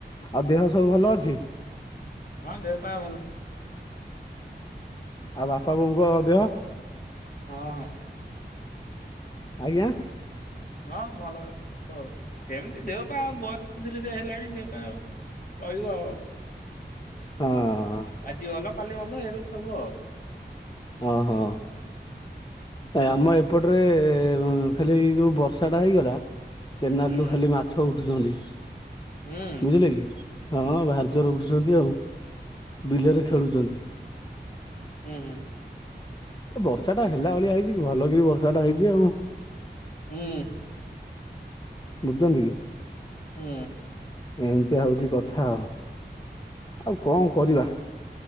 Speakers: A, on the left; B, on the left.
A: ଆଉ ଦେହ ସବୁ ଭଲ ଅଛି?
B: ହଁ ଦେହ ପାୟ ଭଲ।
A: ଆଉ ବାପା ବୋଉଙ୍କ ଦେହ?
B: ହଁ ହଁ।
A: ଆଜ୍ଞା।
B: ହଁ ଭଲ ଅ ଥିବ। ସେମିତି ଦେହପା ଆଉ ବୟସ ଧୀରେ ଧୀରେ ହେଲାଣି ଦେହପା ଆଉ ଚଳିବ ଆଉ।
A: ହଁ
B: ଆଜି ଭଲ କାଲି ଭଲ ଏମିତି ସବୁ ଆଉ।
A: ଓହୋ ଆମ ଏ ଏପଟରେ ଖାଲି ଏଇ ଯଉଁ ବର୍ଷାଟା ହେଇଗଲା କେନାଲରୁୁ
B: ହୁଁ
A: ଖାଲି ମା ଛ ଉଠୁଚନ୍ତି
B: ହୁଁ
A: ବୁଝିଲେ କି ହଁ ଭାରିଜରରେ ଉଠୁଛନ୍ତି ଆଉ। ବିଲରେ
B: ହୁଁ
A: ଖେଳୁଚନ୍ତି।
B: ହୁଁ ହୁଁ।
A: ବର୍ଷା ଟା ହେଲା ଭଳିଆ ହେଇଚି କି ଭଲକି ବର୍ଷାଟା ହେଇଚି ଆଉ।
B: ହୁଁ ହୁଁ
A: ବୁଝଚନ୍ତି କି?
B: ହୁଁ।
A: ଏମିତିଆ ହଉଚି କଥା ଆଉ ଆଉ କଣ କରିବା?